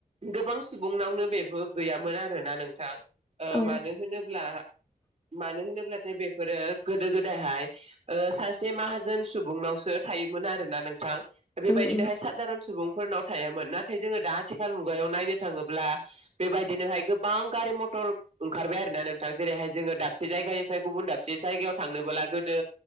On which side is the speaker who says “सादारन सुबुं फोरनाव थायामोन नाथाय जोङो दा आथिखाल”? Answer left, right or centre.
Right